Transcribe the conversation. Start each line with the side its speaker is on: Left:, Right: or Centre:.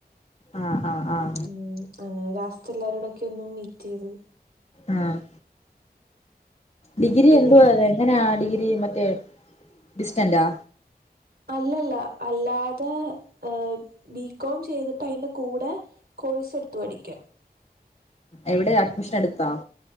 Left: ആഹ് ആഹ് ആഹ
Right: ഉ അങ്ങനെ ലാസ്റ്റ് എല്ലാരോടൊക്കെ ഒന്നും മീറ്റ് ചെയ്തു.
Left: ആഹ് ഡിഗ്രി
Right: പിന്നെ
Left: എന്തുവ എങ്ങനെ ഡിഗ്രി മറ്റേ ഡിസ്റ്റൻറാ
Right: അല്ലല്ല അല്ലാതെ ഹ് ബികോം ചെയ്തിട്ട്. അതിന്റെ കൂടെ കോഴസ് എടുത്തു പടിക്ക
Left: എവിടെ അഡ്മിഷൻ എടുത്തോ